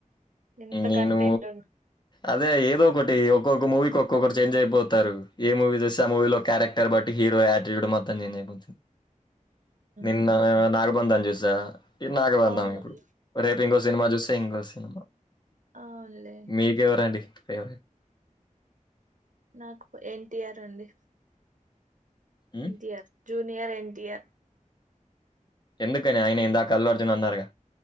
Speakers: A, on the right; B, on the left.
A: ఇంత
B: నేను
A: కంటెంట్ ఉండ్
B: అదే ఏదో ఒకటీ ఒక్కొక్క మూవీకి ఒక్కొక్కరు చేంజ్ అయిపోతారు ఏ మూవీ చూస్తే ఆ మూవీలో క్యారెక్. బట్ హీరో ఆటిట్యూడ్ మొత్తం చేంజ్ అయిపోది నిన్న
A: ఆ
B: నాగబాదం చూసా ఈ నాగబంధం
A: అవును
B: ఇప్పుడు రేపు ఇంకో సినిమా చూస్తే ఇంకో సినిమా
A: ఆలేే
B: మీకు ఎవరండి ఫేవరెట్
A: నాకు ఎన్టీఆర్ అండి
B: హ్మ్
A: ఎన్ఆర్ జూనియర్ ఎన్టీటిఆర్
B: ఎందుకని ఆయన ఇందాక అల్లు అర్జున్ అన్నారుగా